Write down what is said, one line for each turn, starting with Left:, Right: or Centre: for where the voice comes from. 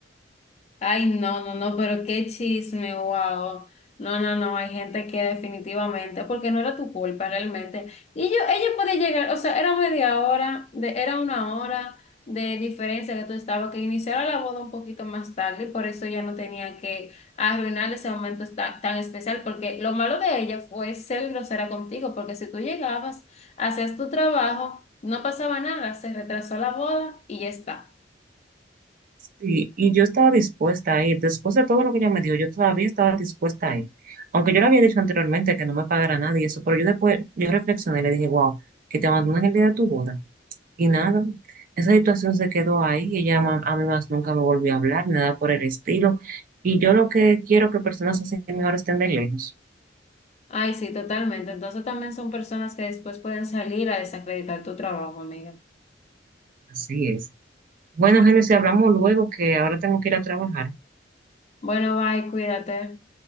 Left: Ay, no, no, no, pero qué chisme, wow. No, no, no, hay gente que definitivamente, porque no era tu culpa realmente. Y yo, ella podía llegar, o sea, era media hora, de, era una hora de diferencia que tú estabas, que iniciara la boda un poquito más tarde, y por eso ella no tenía que arruinar ese momento ta- tan, especial, porque lo malo de ella fue ser grosera contigo, porque si tú llegabas, hacías tu trabajo, no pasaba nada, se retrasó la boda y ya está.
Right: Sí, y yo estaba dispuesta a ir. Después de todo lo que ella me dio, yo todavía estaba dispuesta a ir. Aunque yo le había dicho anteriormente que no me pagara nada y eso, pero yo después, yo reflexioné y le dije, wow, que te abandonan el día de tu boda. Y nada, esa situación se quedó ahí. y Ella ma- a mí más nunca me volvió a hablar, nada por el estilo. Y yo lo que quiero que personas así mejor estén de lejos.
Left: Ay, sí, totalmente. Entonces también son personas que después pueden salir a desacreditar tu trabajo, amiga.
Right: Así es. Bueno, Génesis, hablamos luego que ahora tengo que ir a trabajar.
Left: Bueno, bye, cuídate.